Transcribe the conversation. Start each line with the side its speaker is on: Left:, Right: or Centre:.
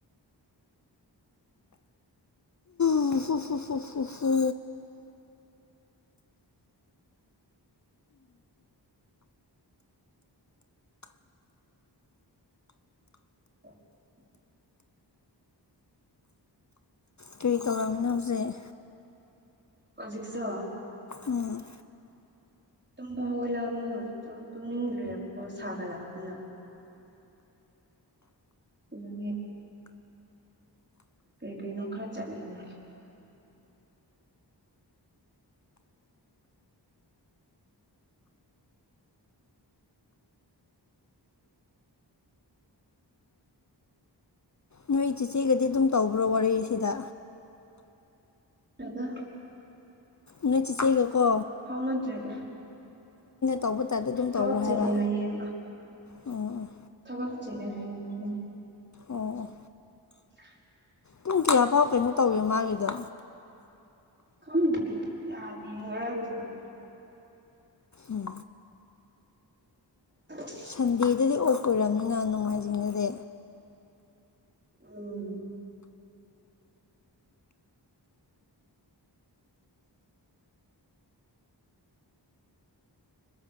Left: ꯍ ꯍ ꯍ ꯍ ꯍ ꯍ
Right: <unintelligible>
Left: ꯀꯩꯀꯥꯡꯃꯤꯅ ꯍꯧꯁꯛ
Right: ꯍꯧꯖꯤꯛꯁꯨ꯫
Left: ꯎꯝ꯫
Right: ꯇꯨꯝꯕ ꯍꯧꯒꯠꯂꯥꯞꯅ ꯍꯧꯖꯤꯛꯇꯣ ꯇꯨꯝꯅꯤꯡꯈ꯭ꯔꯦꯕꯀꯣ ꯁꯥꯒ ꯂꯥꯞꯅ ꯏꯖꯅꯤ ꯀꯩ ꯀꯩꯅꯣ ꯈꯔ ꯆꯠꯂꯤꯅꯦ
Left: ꯅꯣꯏ ꯏ ꯆꯦꯆꯦꯒꯗꯤ ꯑꯗꯨꯝ ꯇꯧꯕ꯭ꯔꯣ ꯋꯥꯔꯤꯁꯤꯗ
Right: ꯔꯒ
Left: ꯎꯣꯏ ꯆꯤꯆꯩꯒꯀꯣ꯫
Right: ꯐꯥꯎꯅꯗ꯭ꯔꯦꯗ
Left: ꯇꯧꯕ ꯇꯥꯏꯞꯇ ꯑꯗꯨꯝ ꯇꯧꯕ꯭ꯔꯣ
Right: ꯊꯕꯛ
Left: ꯍꯥꯏꯕ
Right: ꯆꯦꯜꯂꯦ ꯍꯥꯏꯌꯦꯦꯃ
Left: ꯎꯝ ꯎꯝ
Right: ꯊꯕꯛ ꯆꯤꯜꯂꯦ ꯍꯥꯏ ꯃꯥꯗꯣ
Left: ꯑꯣ ꯑꯣ
Right: ꯑ꯫
Left: ꯄꯨꯡ ꯀꯌꯥꯐꯥꯎ ꯀꯩꯅꯣ ꯇꯧꯏꯦ ꯃꯥꯒꯤꯗꯣ
Right: <unintelligible>
Left: ꯎꯝ꯫
Right: ꯍ
Left: ꯁꯟꯗꯦꯗꯗꯤ ꯑꯣꯛ ꯑꯣꯏꯔꯕꯅꯤꯅ ꯅꯣꯡꯃꯥꯏꯖꯤꯡꯗꯗꯤ
Right: ꯎꯝ